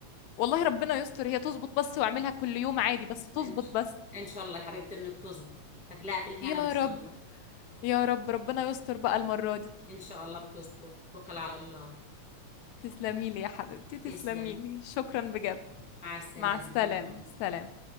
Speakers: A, on the left; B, in the centre.
A: والله ربنا يستر هي تظبط بس وأعملها كل يوم عادي بس تظبط
B: ان شاء
A: بس
B: ان شاء الله يا حبيبتي انه بتظبط تاكلها في الهنا
A: يا
B: ان شاء
A: رب
B: الله
A: يا رب ربنا يستر بقى المرة دي
B: ان شاء الله بتظبط توكل على الله
A: تسلميلي يا حبيبتي تسلميلي
B: تسلمي
A: شكرا بجد
B: مع السلامة
A: مع السلامة
B: الله معك
A: سلام